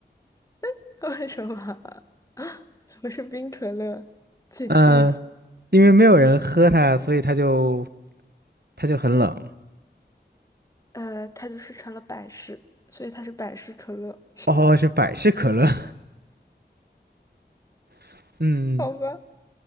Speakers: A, on the left; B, on the right.
A: <laughs> 为什么啊？<laughs> 怎么是冰可乐？解释一下。
B: 嗯，因为没有人喝它，所以它就它就很冷。
A: 呃，它就是成了百事，所以它是百事可乐。
B: 哦，是百事可乐。<laughs> 嗯，
A: 好吧，